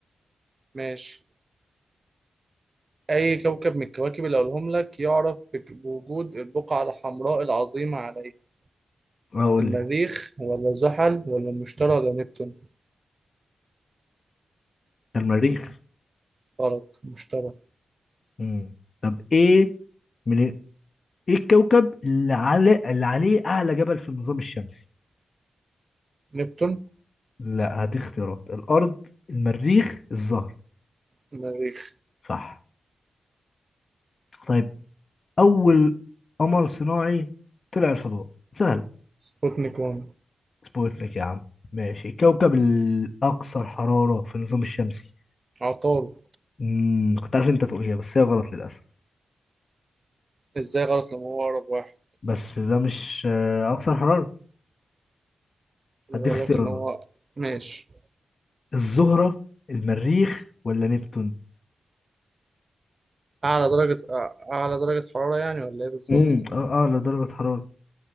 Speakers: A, on the right; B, on the left.
A: ماشي أي كوكب من الكواكب اللي أقولهم لك يعرف بك- بوجود البقعة الحمراء العظيمة عليه
B: هقول
A: المريخ
B: لي
A: ولا زحل ولا المشتري ولا نبتون
B: ده المريخ
A: غلط المشتري
B: مم. طب إيه من إيه الكوكب اللي على اللي عليه أعلى جبل في النظام الشمسي
A: نبتون
B: لا هديك اختيارات الأرض المريخ الزهرة
A: المريخ
B: صح طيب أول قمر صناعي طلع الفضاء سهل
A: سبوتنيك 1
B: سبوتنيك يا عم ماشي الكوكب الأكثر حرارة في النظام الشمسي
A: عطارد
B: مم. كنت عارف أنت تقولها بس هي غلط للأسف
A: إزاي غلط لما هو أقرب واحد
B: بس ده مش آه، أكثر حرارة
A: أنا
B: هديك
A: بقول
B: اختيارات
A: لك إن هو ماشي
B: الزهرة المريخ ولا نبتون
A: أعلى درجة أع- أعلى درجة حرارة يعني ولا إيه بالظبط
B: امم اه اه لدرجة حرارة